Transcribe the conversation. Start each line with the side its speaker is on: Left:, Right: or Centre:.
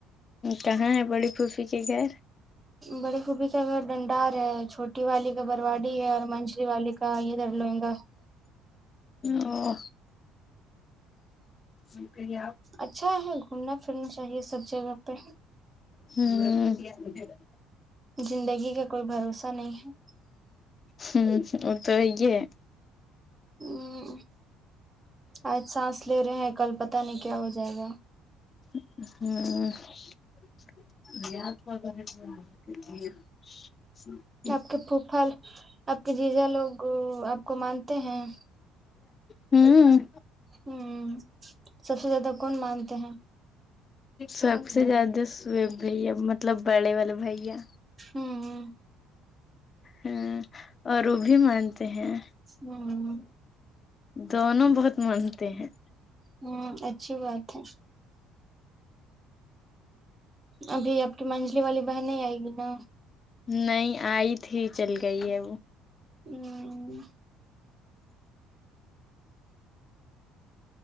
Left: کہاں ہے بڑی پھوپھی کا گھر
Right: بڑی پھوپھی کا گھر ڈنڈار ہے چھوٹی والی کا برواڈی ہے اور منجلی والی کا یہ ادھر لوئینگا
Left: او ہ شکریہ
Right: اچھا ہے گھومنا پھرنا چاہیے سب جگہ پہ
Left: ہمم
Right: زندگی کا کوئی بھروسہ نہیں ہے
Left: ہمم وہ تو یہ ہے
Right: ہوں آج سانس لے رہے ہیں کل پتا نہیں کیا ہو جائے گا
Left: ہمم <unintelligible>
Right: اپ کے پھو پھل اپ کے جیجا لوگ اپ کو مانتے ہیں
Left: ہمم
Right: ہمم سب سے زیادہ کون مانتے ہیں
Left: سب سے زیادہ شعیب بھیا مطلب بڑے والے بھیا
Right: ہوں
Left: ہاں اور وہ بھی مانتے ہیں
Right: ہوں
Left: دونوں بہت مانتے ہیں
Right: ہوں اچھی بات ہے ابھی آپ کی منجلی والی بہن نہیں آئے گی نا
Left: نہیں آئی تھی چل گئی ہے وہ
Right: ہوں